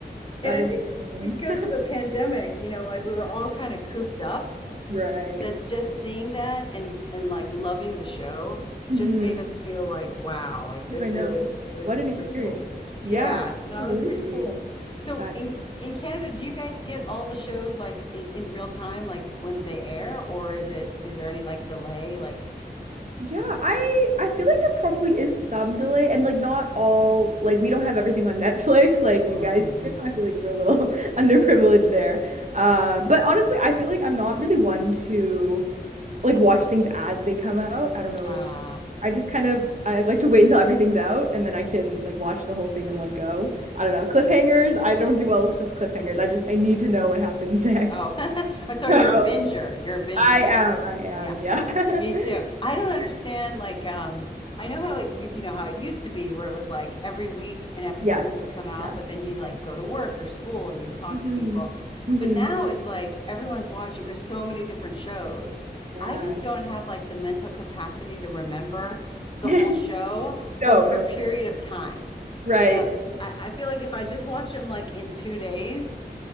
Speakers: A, on the left; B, on the right.
A: and
B: That
A: I
B: is
A: think
B: insane.
A: because
B: <laughs>
A: of the pandemic, you know, like we were all kind of cooped up
B: Right.
A: that just seeing that and and like loving the show
B: hmm
A: just made us feel like wow like this
B: I know.
A: is this
B: What
A: is
B: an
A: pretty
B: experience.
A: cool yeah
B: Yeah,
A: no
B: absolutely.
A: it was pretty cool so
B: That
A: in in canada do you guys get all the shows like in, in real time like when they air or is it is there any like delay like
B: yeah, I I feel like there probably is some delay and like not all like we don't have everything on <laughs> Netflix like you
A: mm-hmm.
B: guys do. I feel like we're a little <laughs> underprivileged there. Uh, but honestly, I feel like I'm not really one to like watch things as they come out. I don't know
A: uh
B: if I just kind of I like to wait until everything's out and then I can like watch the whole thing in one go. I don't know. Cliffhangers, I don't do well with cliff cliffhangers. I just I need to know what happens <laughs> next.
A: oh <laughs> oh so you're
B: So
A: a binger you're a binger
B: I
A: you
B: am, I am,
A: yeah
B: yeah.
A: Me
B: <laughs>
A: too. I don't understand. Like, um, I know how it you, you know how it used to be, where it was like every week an episode
B: Yes.
A: would come out,
B: Yeah.
A: but then you'd like go to work or school and you'd talk
B: hmm
A: to people.
B: hmm
A: But now it's like everyone's watching. There's so many different shows.
B: Yeah.
A: I just don't have like the mental capacity to remember the
B: <laughs>
A: whole show
B: No,
A: over
B: no
A: a period
B: kidding.
A: of time.
B: Right.
A: You know,
B: <laughs>
A: I, I feel like if I just watch them like in two days.